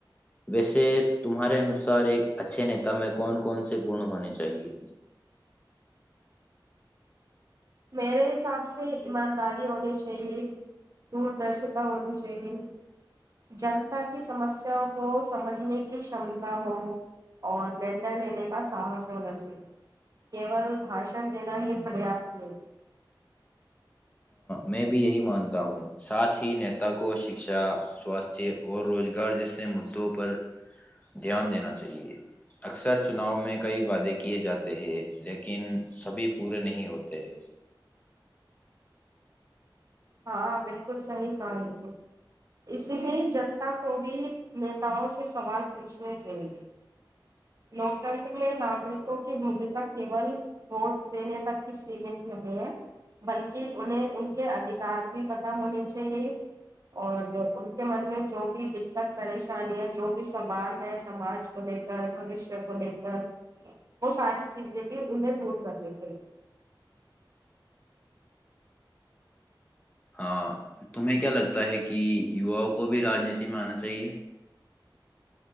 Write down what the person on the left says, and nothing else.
ویسے تمہارے انوسار ایک اچھے نیتا میں کون کون سے گن ہونے چاہیے
میں بھی یہی مانتا ہوں ساتھ ہی نیتا کو شکشا سواستھ اور روزگار جیسے مدوں پر دھیان دینا چاہیے اکثر چناؤ میں کئی وعدے کیے جاتے ہیں لیکن سبھی پورے نہیں ہوتے ہیں
ہاں تمہیں کیا لگتا ہے کہ یواؤں کو بھی رانیتی میں آنا چاہیے